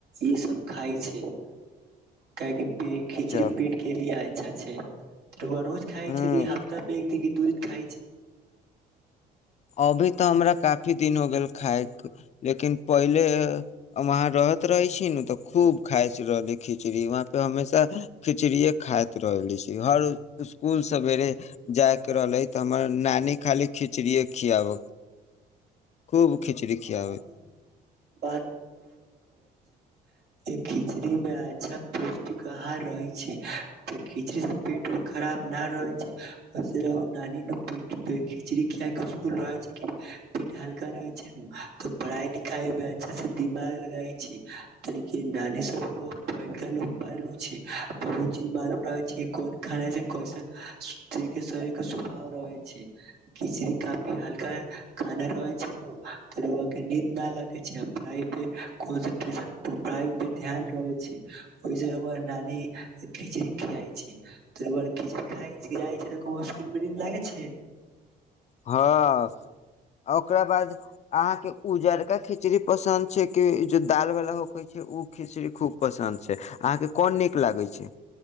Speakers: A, on the right; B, on the left.
A: ई सब खाय छै काहे की पे खिचड़ी
B: चल
A: पेट केलिए अच्छा छै रउआ रोज खाई
B: ह
A: छै कि हफ्तामे एक दिन दू खाई छै
B: अभी तऽ हमरा काफी दिन हो गेल खायके लेकिन पहिले वहाँ रहैत रहै छी नु तऽ खूब खाइत रहली खिचड़ी वहाँ पे हमेशा खिचड़ीए खाइत रहली छी हर स्कुल सवेरे जायके रहले तऽ हमर नानी खाली खिचड़ीे खीया बक खूब
A: <unintelligible>
B: खिचड़ी खियाबै
A: खिचड़ी मे अच्छा पौष्टिक आहार रहै छै खिचड़ी से पेट खराब न रहे छै वैसे राउर <unintelligible> पेट हल्का रहै छै नु पढ़ाई लिखाई मे अच्छा से दिमाग लगाई छै त देखी यै नानी सब प पल छै <unintelligible> बहुत चीज मालूम रहै छै कोन खाना छै कैसन देख के शरीर के स्वभाव रहै छै खिचड़ी का हल्का खाना रहै छे नु <unintelligible>
B: हँ ओकरा बाद अहाँके उजरका खिचड़ी पसन्द छै कि जे दालवला होकै छै ओ खिचड़ी खूब पसन्द छै अहाँके कोन नीक लागै छै